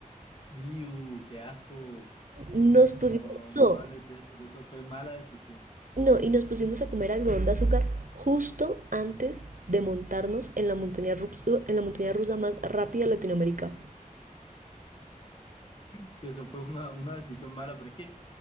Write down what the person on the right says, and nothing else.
Nos pusimos,
no,
no, y nos pusimos a comer algodón de azúcar justo antes de montarnos en la montaña rusa, en la montaña rusa más rápida de Latinoamérica.